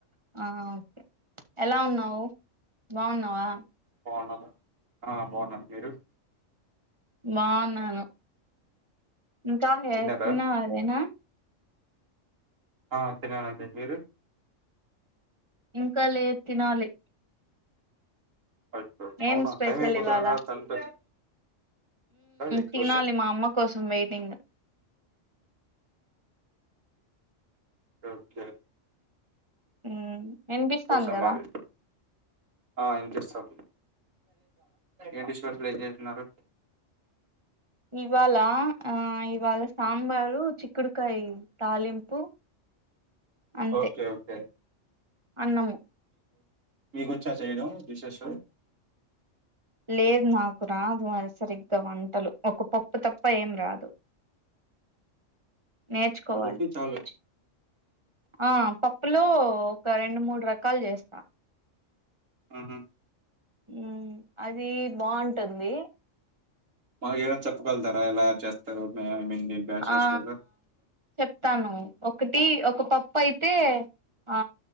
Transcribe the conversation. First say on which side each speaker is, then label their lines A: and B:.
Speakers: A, on the right; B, on the right.
A: ఆ ఓకే ఎలా ఉన్నావు బావున్నావా
B: బావున్నారా ఆ బాగున్నా మీరు
A: బావున్నాను ఇంకా హే
B: తిన్నారా
A: తిన్నావా వదిన
B: ఆ తిననండి మీరు
A: ఇంకా లేదు తినాలి
B: అయ్యో,
A: ఏం
B: అవునా
A: స్పెషల్
B: టైం అయిపోతుంది
A: ఇవ్వాల
B: కదా తండ్రిగా ఎగ్
A: తినాలి
B: దోశ
A: ఉ మా అమ్మ కోసం వెయిటింగ్
B: ఓకే
A: ఉమ్ వినిపిస్తాంది
B: దోస
A: కదా
B: మాది వినిపిస్తోంది ఏ విశ్వాసులు ఏం చేస్తున్నారు
A: ఇవాలా ఆ ఇ వాళ్ళ సాంబారు చి చిక్కుడుకాయ్ తాలింపు అంతే
B: ఓకే ఓకే
A: అన్నము
B: మీకుచ్చ చేయడం విశ్వేష
A: లేదు నాకు రాదు అ సరిగ్గా వంటలు ఒక పప్పు తప్ప ఏం రాదు నేర్చుకోవాలి
B: అందుకే చాలచ్చు
A: ఆ పప్పులో ఒక రెండు మూడు రకాలు చేస్తా
B: ఉహు
A: ఉ అది బాగుంటుంది
B: మాగ ఏమనా చెప్పగలుతారా ఎలా చేస్తారు ఐ మీన్ మీ బ్యాచలర్స్
A: ఆ
B: కదా
A: చెప్తాను ఒకటి ఒక పప్పు అయితే ఆ